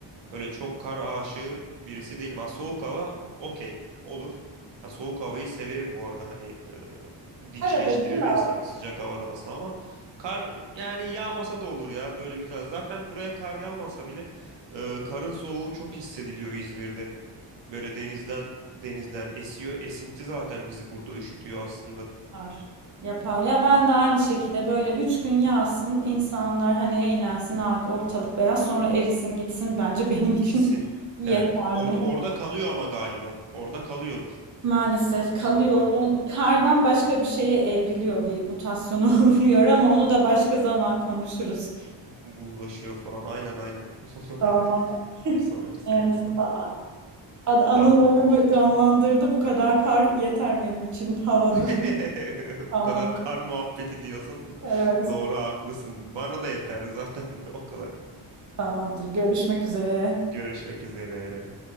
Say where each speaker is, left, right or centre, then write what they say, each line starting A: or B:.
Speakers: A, on the right; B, on the right.
A: böyle çok kar aşığı birisi değilim. Ha, soğuk hava okey olur. Ha, soğuk havayı severim bu arada hani e, dinçleştirir
B: Arada değil mi
A: insanı
B: abi
A: sıcak havadansa ama kar yani yağmasa da olur ya böyle güzel. Zaten buraya kar yağmasa bile e, karın soğuğu çok hissediliyor İzmir'de. Böyle denizden denizden esiyor. Esinti zaten bizi burada üşütüyor aslında.
B: onlar yapar. Ya ben de aynı şekilde böyle üç gün yağsın, insanlar hani eğlensin, ha, ortalık beyaz sonra erisin gitsin bence benim için
A: Gitsin.
B: <laughs> yeterli.
A: Evet. Orada orada kalıyor ama galiba. Orada kalıyordur.
B: Maalesef
A: Sizin
B: kalıyor.
A: oralarda.
B: Don- Kardan başka bir şeye evriliyor, bir mutasyona <laughs> uğruyor ama onu da başka zaman konuşuruz.
A: Buzlaşıyor falan. Aynen aynen. <laughs> Onu
B: Tamam.
A: artık <laughs> bir sonraki seansta.
B: Yani a- a- anılarımı
A: Tamamdır.
B: canlandırdı. Bu kadar kar yeter benim için. Havadır.
A: <laughs>
B: Tamamdır.
A: Bu kadar kar muhabbeti diyorsun.
B: Evet.
A: <laughs> Doğru haklısın. Bana da yeter zaten <laughs> o kadar.
B: Tamamdır. Görüşmek üzere.
A: Görüşmek üzere.